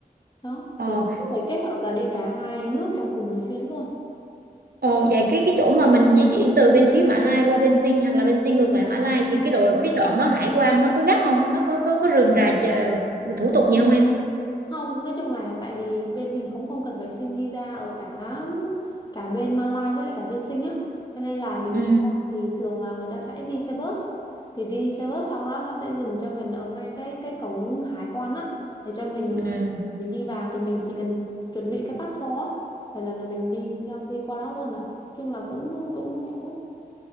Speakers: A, on the left; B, on the right.
A: đó
B: Ờ
A: thì chị có thể kết hợp là đi cả hai nước trong cùng một chuyến luôn
B: Ồ, vậy cái cái chỗ mà mình di chuyển từ bên phía Mã Lai qua bên Dinh hoặc là bên Dinh ngược lại Mã Lai thì cái độ cái đoạn đó hải quan nó có gắt không? Nó có có có rườm rà chờ, thủ tục gì không em?
A: Không, nói chung là tại vì bên mình cũng không cần phải xin visa ở cả cả bên Malaysia với lại cả bên Sing nhá. Cho nên là mình
B: Ừ,
A: đi qua thì thường là người ta sẽ đi xe bus. Thì đi xe bus sau đó nó sẽ dừng cho mình ở ngay cái cái cổng hải quan á để cho mình
B: ừ.
A: ờ, mình đi vào thì mình chỉ cần chuẩn bị cái passport á là là là mình đi đi qua đó luôn à. Chung là cũng cũng lẹ lắm.